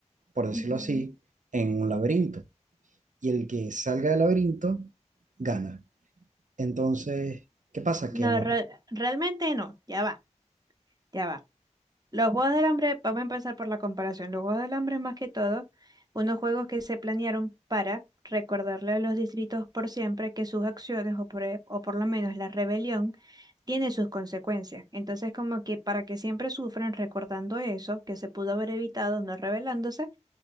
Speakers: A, on the right; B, on the right.
A: por decirlo
B: Ujú.
A: así, en un laberinto. Y el que salga del laberinto gana. Entonces, ¿qué pasa?
B: No,
A: Que en los...
B: re- realmente no, ya va, ya va. Los Juegos del Hambre, vamos a empezar por la comparación. Los Juegos del Hambre, más que todo, unos juegos que se planearon para recordarle a los distritos por siempre que sus acciones, o por, e- o por lo menos la rebelión, tiene sus consecuencias. Entonces, como que para que siempre sufran recordando eso, que se pudo haber evitado no rebelándose,